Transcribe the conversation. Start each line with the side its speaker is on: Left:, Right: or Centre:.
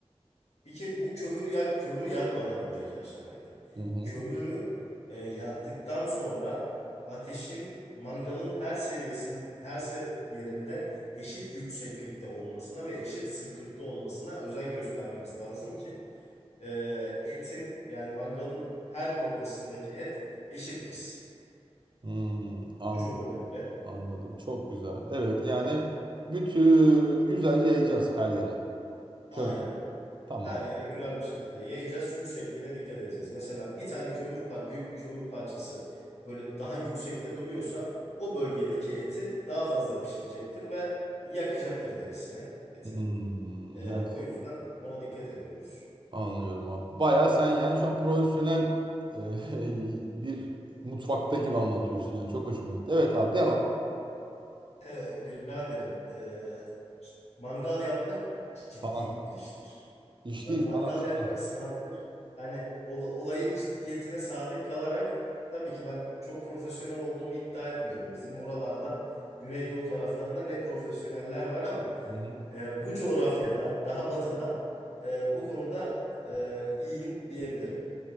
Left: İki, bu kömür yak kömürü yakmadan önceki aşamaydı.
Right: Hı hı.
Left: Kömürü e, yaktıktan sonra ateşin mangalın her seviyesinin her se- yerinde eşit yükseklikte olmasına ve eşit sıklıkta olmasına özen göstermemiz lazım ki e, etin yani mangalın her noktasındaki et eşit pişsin.
Right: Hmm, anladım.
Left: Bu çok önemli.
Right: Anladım. Çok güzel. Evet yani bütün güzelce yayacağız her yere.
Left: Aynen
Right: Kömür.
Left: öyle.
Right: Tamam.
Left: Her yere güzel bir şekilde yayacağız. Yüksekliğine dikkat edeceğiz. Mesela bir tane kömür par- büyük bir kömür parçası böyle daha yüksekte duruyorsa o bölgedeki eti daha fazla pişirecektir ve yakacaktır derisini etin.
Right: Hmm,
Left: Ee,
Right: ya-
Left: o yüzden ona dikkat ediyoruz.
Right: Anlıyorum abi. Baya sen yani şu an profesyonel e, <laughs> bir mutfakta gibi anlatıyorsun yani. Çok hoşuma gitti. Evet abi devam.
Left: Ee, biraderim, ee, mangal yapmak ciddi
Right: Falan.
Left: bir iştir.
Right: İşteyiz.
Left: Man- Mangal
Right: Sanat.
Left: yakmak
Right: sanat.
Left: sanattır. Hani ol- olayın ciddiyetine sadık kalarak tabii ki ben çok profesyonel olduğumu iddia etmiyorum. Bizim oralarda Güneydoğu taraflarında ne profesyoneller var ama
Right: Hı hı.
Left: e, bu coğrafyada daha batıda e, bu konuda e, iyiyim diyebilirim.